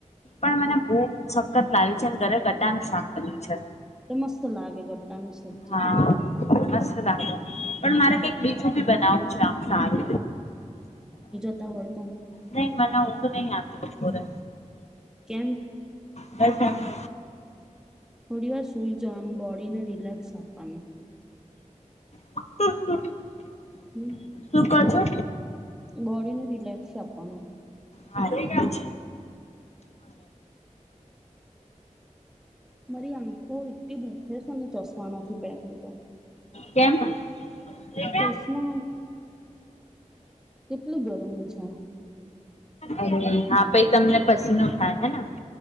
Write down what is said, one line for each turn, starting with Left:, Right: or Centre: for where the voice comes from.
Left: પણ મને ભૂખ સખત લાગ્યું છે ઘરે ગડાનું શાક બન્યું છે.
Centre: તો મસ્ત લાગે ગટ્ટાની સબ્જી
Left: હા
Centre: તો.
Left: મસ્ત લાગે
Centre: હમ
Left: પણ મારે કઈક બીજું બી બનાવું છે આમ સારુ.
Centre: તા હોય તો.
Left: નહી મને ઉંઘ નહી આવતી બપોરે.
Centre: કેમ.
Left: બસ એમજ.
Centre: થોડી વાર સુઈ જવાનું બોડીને રિલેેક્સ આપવાનું.
Left: <inaudible>
Centre: હમ્મ.
Left: શું કો છો.
Centre: બોડીને રિલેક્સ આપવાનું.
Left: હા એતો છે.
Centre: મારી આંખો એટલી દુખે છે અને ચશમા નથી પેર તીતો
Left: કેમ અરે
Centre: ચશ્મા કેટલી ગરમી છે.
Left: અરે હા પઈ તમને પછીનો થાય હેને.